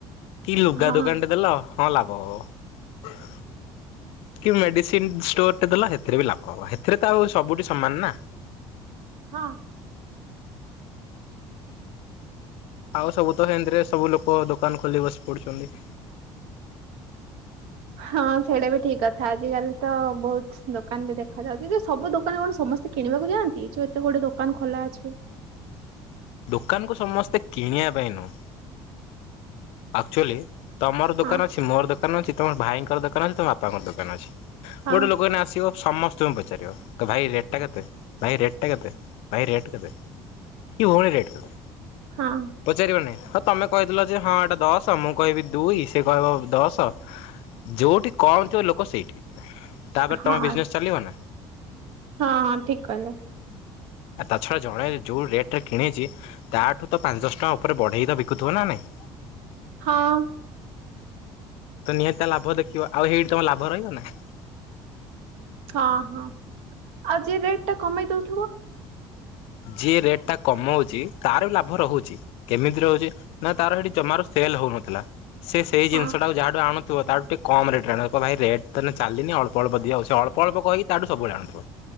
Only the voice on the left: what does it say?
କି ଲୁଗା
ଦୋକାନ ଟେ ଦେଲ ହଁ ଲାଭ ହବ। କି ମେଡିସିନ ଷ୍ଟୋର ଟେ ଦେଲ ହେଥିରେ ବି ଲାଭ ହବ। ହେଥିରେ ତ ଆଉ ସବୁଠି ସମାନ ନା।
ଆଉ ସବୁ ତ ହେନ୍ତି ରେ ସବୁ ଲୋକ ଦୋକାନ ଖୋଲି ବସି ପଡୁଛନ୍ତି।
ଦୋକାନକୁୁ ସମସ୍ତେ କିଣିବା ପାଇଁ ନୁହୁଁ ଆକ୍ଚୁଆଲି ତମର ଦୋକାନ
ଅଛି, ମୋର ଦୋକାନ ଅଛି ତମର ଭାଇଙ୍କର ଦୋକାନ ଅଛି, ତମ ବାପାଙ୍କର ଦୋକାନ ଅଛି।
ଗୋଟେ ଲୋକ ଏଇନା ଆସିବ ସମସ୍ତଙ୍କୁ ପଚାରିବ। ଭାଇ ରେଟ୍ ଟା କେତେ, ଭାଇ ରେଟ୍ ଟା କେତେ, ଭାଇ ରେଟ୍ କେତେ? କି ଭଉଣୀ ରେଟ କେତେ
ପଚାରିବ ନା ନାଇ। ହଁ ତମେ କହି ଦେଲ ଯେ ହଁ ଏଟା ଦଶ ମୁଁ କହିବି ଦୁଇ ସେ କହିବ ଦଶ ଯୋଉଠି କମ ଥିବ ଲୋକ ସେଇଠି। ତାପରେ
ତମ ବିଜନେସ ଚାଲିବ ନା!
ଆ ତା ଛଡ଼ା ଜଣେ ଯେଉଁ ରେଟ୍ ରେ କିଣେଇଛି। ତାଠୁ ତ ପାଞ୍ଚ ଦଶ ଟଙ୍କା ଉପରେ ବଢ଼େଇ ତ ବିକୁଥିବ ନା ନାଇଁ।
ତ ନିହାତି ଲାଭ ଦେଖିବ ଆଉ ହେଇଠି ତମ ଲାଭ ରହିବ ନା।
ଯିଏ ରେଟ୍ଟା କମାଉଛି ତାର ଲାଭ ରହୁଛି। କେମିତି ରହୁଛି ନା ତାର ସେଠି ଜମାରୁ ସେଲ୍ ହଉନଥିଲା ସେ ସେଇ
ଜିନିଷ ଟାକୁ ଯାହାଠୁ ଆଣୁ ଥିବ ତାଠୁ ଟିକେ କମ୍ ରେଟ୍‌ ରେ ଆଣିବ। କହିବ ଥିବ ଭାଇ ରେଟ ତ ଚାଲିନି ଅଳ୍ପ ଅଳ୍ପ ଦିଅ। ଆଉ ସେଇ ଅଳ୍ପ ଅଳ୍ପ କହିକି ତାଠୁ ସବୁବେଳେ ଆଣୁଥିବ।